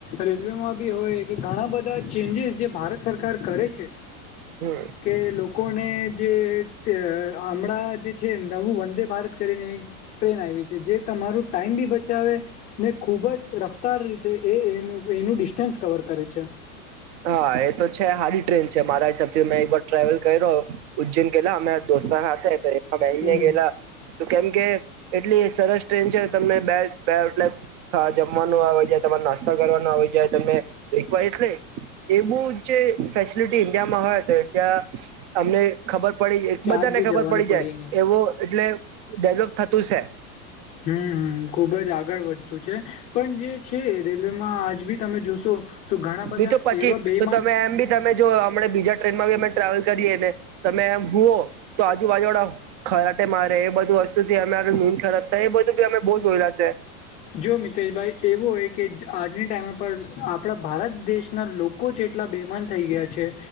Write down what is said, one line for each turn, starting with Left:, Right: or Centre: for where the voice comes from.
Left: રેલવેમાં બી હોય કે ઘણા બધા ચેન્જીસ જે ભારત સરકાર કરે છે
Right: હમ
Left: કે લોકો લોકોને જે તે હમળા જે છે નવું વંદે ભારત કરીને એક ટ્રેન આવી છે જે તમારું ટાઈમ બી બચ બચાવે ને ખુબ જ રફતાર રીતે એ એનું ડિસ્ટન્સ કવર કરે છે
Right: હા એ તો છે હારી ટ્રેન છે મારા હિસાબથી મેં એક વાર ટ્રાવલ કર્યો ઉજ્જૈન કેલા અમે દોસ્તારા હાથે એમા બ‌ઇને
Left: હમ
Right: ગેલા તો કેમ કે એટલી સરસ ટ્રેન છે તમને બે બે એટલે જમવાનું આવે જ તમારે નાસ્તા કરવા હોય જાય તમે રી એટલે એ બું જે ફેસિલિટી ઇન્ડિયામાં હોય તો ઈન્ડિયા અમને ખબર પડી જ
Left: ક્યાંક
Right: બધાને
Left: બી
Right: ખબર
Left: જવાનું
Right: પડી
Left: પડે
Right: જાય
Left: નહી
Right: એવું એટલે ડેવલોપ થતું છે
Left: હમ ખુબ જ આગળ વધતું છે પણ જે છે રેલવેમાં આજ ભી તમે જોશો તો ઘણા બધા
Right: બી તો પછી
Left: એવા બેઈમાન
Right: તો તમે એમ બી તમે જો અમડે બીજા ટ્રેનમાં બી અમે ટ્રાવેલ કરીએને તમે એમ હુઓ તો આજુબાજુળ ખરાટે મારે એ બધું વસ્તુથી અમે મારું નિંદ ખરાબ થાય એ બધું ભી અમે બહુ જોયલા
Left: જો મિતેશભાઈ એવું હોય કે આજની ટાઈમ પર આપણા ભારત દેશ ના લોકો જેટલા બેમાન થઈ ગયા છે